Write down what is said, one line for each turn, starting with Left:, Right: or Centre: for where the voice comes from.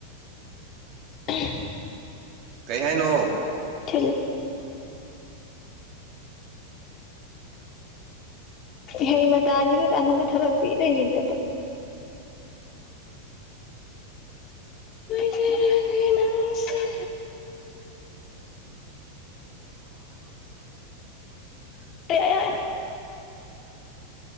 Left: <inaudible>
Right: ꯀꯩ ꯍꯥꯏꯅꯣ
Left: <inaudible> ꯍꯩ ꯃꯇꯥꯁꯤꯒ ꯆꯥꯅꯕ ꯊꯕꯛꯇꯤ ꯏꯇꯩꯩ ꯂꯩꯇꯕ ꯃꯣꯏꯕꯔꯒ ꯅꯪꯁꯤꯦ
Right: ꯎ <unintelligible>
Left: ꯇꯌꯥ